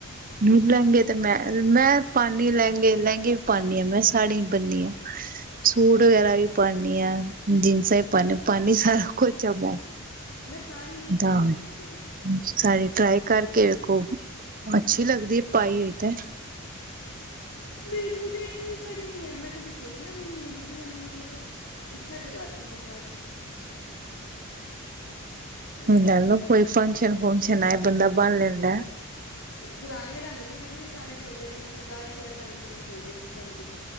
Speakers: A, on the right; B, on the left.
A: ਨ ਲਹਿੰਗੇ ਤੇ ਮੈਂ ਮੈਂ ਪਾਨੀ ਲਹਿੰਗੇ ਲਹਿੰਗੇ ਵੀ ਪਾਨੀ ਆ ਮੈਂ ਸਾੜੀ ਬਣਨੀ ਹ ਸੂਟ ਵਗੈਰਾ ਵੀ ਪਾਨੀ ਹਾਂ ਜੀਨਸਾਂ ਵੀ ਪਾਨੀ ਸਾਰਾ ਕੁਛ ਮੈਂ
B: ਮੈਂ ਸਾੜੀ ਨੀ ਟਰਾਈ
A: ਤਾਂ
B: ਕੀਤੀ ਕਦੀ
A: ਸਾੜੀ ਟਰਾਈ ਕਰਕੇ ਵੇਖੋ ਅੱਛੀ
B: ਆਹੋ
A: ਲੱਗਦੀ ਐ ਪਾਈ ਹੋਈ ਤਾਂ
B: ਮੇਰੇ ਕੋਲ ਤੇ ਇੱਕ ਵੀ ਸਾੜੀ ਨੀ ਹੈ ਮੈਂ ਕਦੀ ਸੋ ਚਿਆ ਵੀ ਨਹੀਂ ਹੁਣ ਤੁਸੀਂ ਮੈਨੂੰ ਮਤਲਬ ਇੱਛਾ ਜਗਾ ਦਿਤੀ ਐ। ਹੁਣ
A: ਲੈ ਲਓ ਕੋਈ ਫੰਕਸ਼ਨ ਫੁਕਸ਼ ਹਨਾ ਇਹ ਬੰਦਾ ਬੰਨ ਲੈਂਦਾ।
B: ਪੁਰਾਣੇ ਰੰਗ ਤੇ ਉਹੀਓ ਸਾਰੇ ਚੱਲਦੇ ਪੈਂਦੇ ਗਾੜੇ-ਗਾੜੇ ਰੰਗ ਪਹਿਲਾਂ ਚੱਲਦੇ ਸੀ, ਸਨ